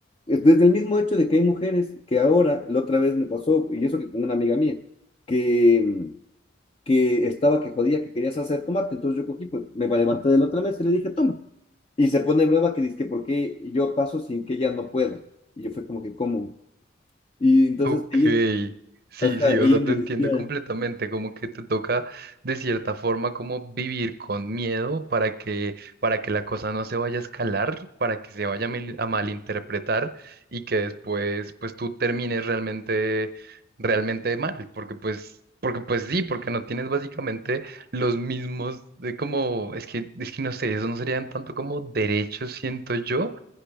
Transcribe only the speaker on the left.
Desde el mismo hecho de que hay mujeres que ahora, la otra vez me pasó, y eso que con una amiga mía, que, mm, que estaba que jodía que quería salsa de tomate, entonces yo cogí, pues me levanté de la otra mesa y le dije, toma. Y se pone brava que dice que por qué yo paso sin que ella no pueda. Y yo fue como que, ¿cómo? Y entonces
ella,
ajá,
ella
me
decía,